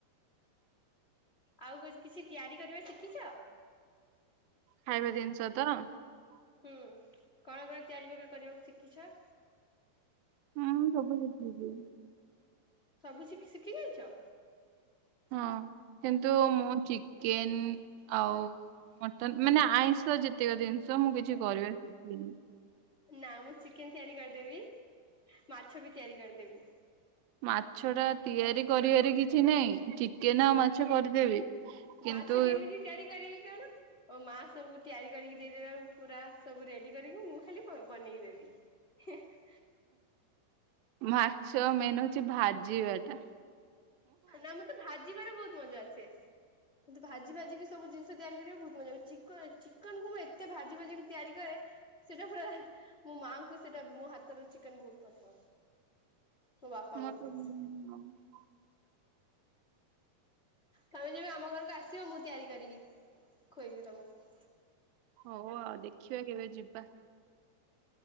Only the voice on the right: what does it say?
ଖାଇବା ଜିନିଷ ତ?
ହଁ ମୁଁ ସବୁ ଶିଖିଛି।
ହଁ କିନ୍ତୁ ମୁଁ ଚିକେନ ଆଉ ମଟନ ମାନେ ଆଇଁଷ ଯେତକ ଜିନିଷ ମୁଁ କିଛି କରିବା ଶିଖିନି।
ମାଛ ଟା ତିଆରି କରିବାରେ କିଛି ନାହିଁ ଚିକେନ ଆଉ ମାଛ କରିଦେବି। କିନ୍ତୁ
ମାଛ ମେନ୍ ହଉଛି ଭାଜିିବାଟା।
<unintelligible>
ହଉ ଆଉ ଦେଖିବା କେବେ ଯିବା।